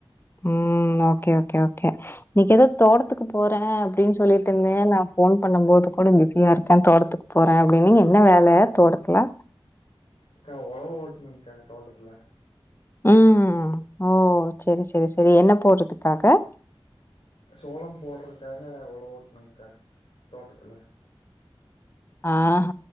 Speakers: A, on the left; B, on the left.
A: உம் ஓகே ஓகே ஓகே இன்னிக்கு ஏதோ தோட்டத்துக்கு போறே அப்டின் சொல்லிட்டுருந்தே நா ஃபோன் பண்ணும் போது கூட பிஸியா ருக்கே தோட்டத்துக்கு போறே அப்டின்னீங்க என்ன வேல தோட்டத்துல
B: அக்கா ஒழவு ஓட்டணுக்கா தோட்டத்துல
A: ம் ஓ செரி செரி செரி என்ன போட்றதுக்காக
B: சோளம் போட்றக்காக ஒழவு ஓட்டுனங்க்கா தோட்டத்துல
A: ஆஹ்